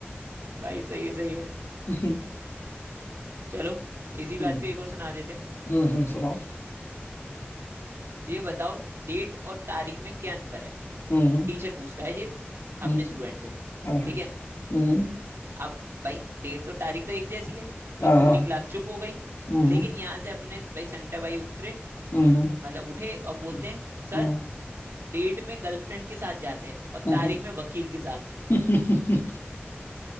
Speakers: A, on the right (about 80°); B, on the left (about 85°).
A: भाई सही है सही है
B: <laughs>
A: चलो इसी बात
B: हम्म
A: पे एक और सुना देते हैं
B: हम्म हम्म, सुनाओ
A: ये बताओ डेट और तारीख में क्या अंतर है
B: हम्म
A: टीचर पूछता है ये अपने
B: हम्म हम्म,
A: स्टूडेंट से ठीक
B: हाँ हाँ
A: है
B: हम्म,
A: अब भाई डेट और तारीख तो एक जैसी है तो
B: हाँ
A: पूरी
B: हाँ
A: क्लास चुप हो गई
B: हम्म
A: लेकिन यहाँ से अपने भाई संटा भाई उतरे
B: हम्म हम्म,
A: मतलब उठे और बोलते
B: हम्म,
A: हैं सर
B: हाँ,
A: डेट में गर्लफ्रेंड के साथ जाते हैं और
B: हम्म।
A: तारीख में वकील के साथ
B: हम्म,